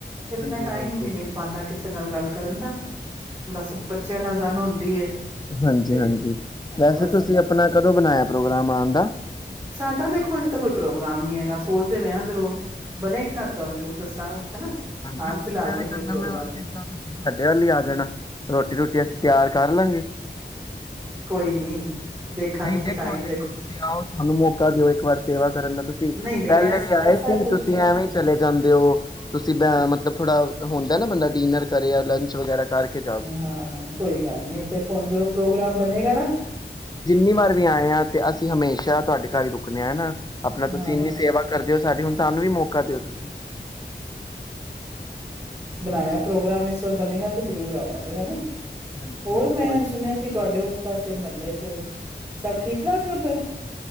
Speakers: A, on the right; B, on the left.
A: ਫਿਰ ਇੰਨਾ
B: ਹਾਂਜੀ-ਹਾਂਜੀ,
A: ਟਾਈਮ ਈ ਨਈ ਮਿਲ ਪਾਂਦਾ ਕਿਸੇ ਨਾਲ ਗੱਲ ਕਰਨ ਦਾ ਬਸ ਬੱਚਿਆਂ ਨਾਲ ਗੱਲ ਹੁੰਦੀ ਏ।
B: ਹਾਂਜੀ
A: ਤੇ
B: -ਹਾਂਜੀ
A: ਹਾਂ
B: ਵੈਸੇ
A: ਬਸ
B: ਤੁਸੀਂ ਆਪਣਾ ਕਦੋਂ ਬਣਾਇਆ ਪ੍ਰੋਗਰਾਮ ਆਉਣ ਦਾ?
A: ਸਾਡਾ ਦੇਖੋ ਜੇ ਤਾਂ ਕੋਈ ਪ੍ਰੋਗਰਾਮ ਕੰਮ ਨੀ ਹੈਗਾ ਸੋਚਦੇ ਪਏ ਹ ਜਦੋਂ ਬਣੇ ਤੇ ਤੁਹਾਨੂੰ ਜ਼ਰੂਰ ਦੱਸਾਂਗੇ।
B: <inaudible>
A: ਹਨਾ
B: ਹਾਂਜੀ
A: ਹਾਲ
B: ਤੁਸੀਂ
A: ਫਿਲਹਾਲ
B: ਐਵੇਂ
A: ਤੇ ਕੋਈ
B: ਕਰ
A: ਪ੍ਰੋਗਰਾਮ
B: ਲੈਣਾ ਸਿੱ
A: ਨਹੀਂ
B: ਤੁਸੀਂ ਸਾਡੇ ਵ ਲਈ ਆ ਜਾਣਾ ਰੋਟੀ ਰੋਟੀ ਅਸੀਂ ਤਿਆਰ ਕਰਲਾਂਗੇ।
A: <inaudible> ਕੋਈ ਨੀ। ਦੇਖਾਂਗੇ
B: ਨਈ ਦੇਖੋ,
A: ਟਾਈਮ
B: ਦੇਖੋ ਤੁਸੀਂ ਆਔ ਸਾਨੂੰ ਮੌਕਾ ਦਿਓ ਇੱਕ ਵਾਰ ਸੇਵਾ ਕਰਨ ਦਾ। ਤੁਸੀ
A: ਨਹੀਂ ਨਹੀਂ
B: ਪਹਿਲੇ
A: ਐ
B: ਵੀ ਆਏ
A: ਐਸਾ
B: ਸੀ
A: ਕੁਛ
B: ਤੁਸੀ
A: ਨਹੀਂ ਹੈ
B: ਐਵੇਂ ਈ ਚਲੇ ਜਾਂਦੇ ਔ ਤੁਸੀ ਬੈਂ ਮਤਲਬ ਥੋੜਾ ਹੁੰਦਾ ਨਾ ਬੰਦਾ ਡਿਨਰ ਕਰੇ ਜਾਂ ਲੰਚ ਵਗੈਰਾ ਕਰਕੇ ਜਾਓ ਤੁਸੀਂ।
A: ਹਾਂ ਕੋਈ ਗੱਲ ਨੀ ਦੇਖੋ ਹੁਣ ਜਦੋਂ ਪ੍ਰੋਗਰਾਮ ਬਣੇਗਾ ਨਾਂ।
B: ਕਈ ਵਾਰ ਵੀ ਆਏ ਹਾਂ। ਤੇ ਅਸੀਂ ਹਮੇਸ਼ਾ ਤੁਹਾਡੇ ਘਰ ਹੀ ਰੁਕਣੇ ਹਾਂ ਹੈਨਾ। ਆਪਣਾ
A: ਹਾਂ-ਹਾਂ,
B: ਤੁਸੀਂ ਇੰਨੀ ਸੇਵਾ ਕਰਦੇ ਹੋ ਸਾਡੀ ਹੁਣ ਸਾਨੂੰ ਵੀ ਮੌਕਾ। ਕਰ ਦਿਓ ਤੁਸੀਂ
A: ਬਣਾਇਆ
B: ਹਾਂਜੀ
A: ਪ੍ਰੋਗਰਾਮ ਇਸ ਵਾਰ ਬਣੇਗਾ ਤੇ ਜ਼ਰੂਰ ਆਓ। ਵਾਂਗੇ ਹੈ ਨੀ
B: ਹਾਂਜੀ
A: ਹੋਰ
B: ਹਾਂਜੀ
A: ਮੈਂ
B: ਕੋਈ ਨੀ
A: ਸੁਣਿਆ ਸੀ ਤੁਹਾਡੇ ਉਸ ਪਾਸੇ ਮਹੱਲੇ ਚ ਸਭ ਠੀਕ ਠਾਕ ਹੈ ਉੱਧਰ